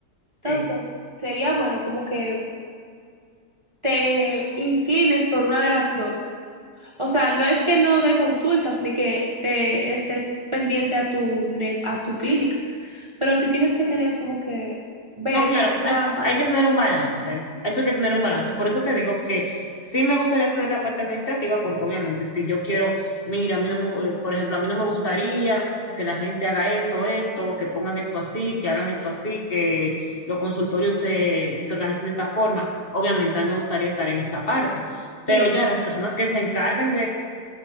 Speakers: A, on the left; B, on the right.
A: Sí.
B: Entonces, sería bueno como que te inclines por una de las dos. O sea, no es que no dé consultas ni que te estés pendiente a tu, ne- a tu clínica, pero sí tienes que tener como que ver
A: No, claro,
B: cuál
A: hay,
B: sea mal
A: hay que tener un balance. Eso hay que tener un balance. Por eso te digo que sí me gustaría hacer la parte administrativa, porque obviamente si yo quiero, mira, a mí no me, gu- eh, por ejemplo, a mí no me gustaría que la gente haga esto, esto, que pongan esto así, que hagan esto así, que los consultorios se, se organicen de esta forma. Obviamente a mí me gustaría estar en esa parte, pero
B: Sí,
A: ya las personas que se encarguen